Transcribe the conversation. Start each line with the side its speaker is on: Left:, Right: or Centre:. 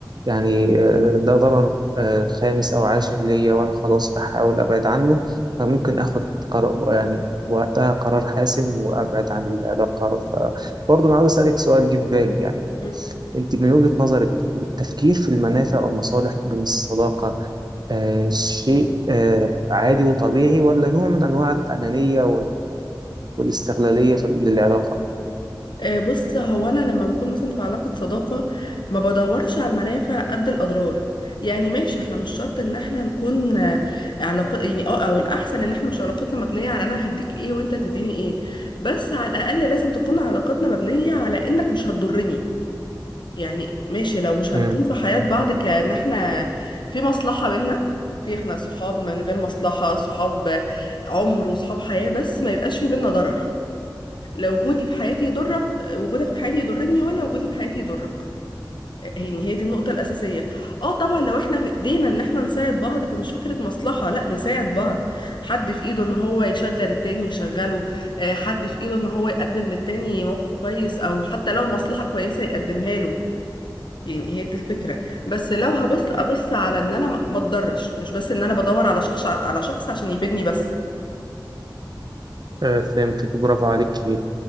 Right: يعني آه، ده ضرر آه، خامس او عاشر ليا وانا خلاص بحاول ابعد عنه فممكن اخد قرار يعني وقتها قرار حاسم وابعد عن العلاقه فبرضه انا عاوز اسالك سؤال جه في بالي يعني
Left: مم.
Right: انت من وجهه نظرك التفكير في المنافع والمصالح بين الصداقه آه، شيء آه، عادي وطبيعي ولا نوع من انواع الانانيه والاستغلالية في- للعلاقة
Left: آه، بص هو انا لما بكون مثلا في علاقة صداقة ما بدورش على المنافع قد الاضرار يعني ماشي احنا مش شرط ان احنا نكون آه، علاقة يعني اه او الاحسن ان احنا مش علاقتنا مبنية على انا هديك ايه وانت تديني ايه بس على الاقل لازم تكون علاقتنا مبنية على انك مش هتضرني يعني ماشي لو مش هنكون
Right: امم
Left: في حياة بعض كأن احنا في مصلحة بينا اوكي احنا صحاب من غير مصلحة صحاب عمر وصحاب حياة بس ما يبقاش في بينا ضرر لا وجودي في حياتي يضرك وجودك في حياتي يضرني ولا وجودي في حياتي يضرك يعني هي دي النقطة الأساسية اه طبعا لو احنا في ايدينا ان احنا نساعد بعض فمش فكرة مصلحة لا نساعد بعض حد في ايده ان هو يشغل التاني يشغله آه، حد في ايده ان هو يقدم للتاني موقف كويس او حتى لو مصلحة كويسة يقدمها له يعني هي دي الفكرة بس لو هبص ابص على ان انا ما ما اتضرش مش بس ان انا بدور على شخص على شخص عشان يفيدني بس
Right: آه فهمتك برافو عليكي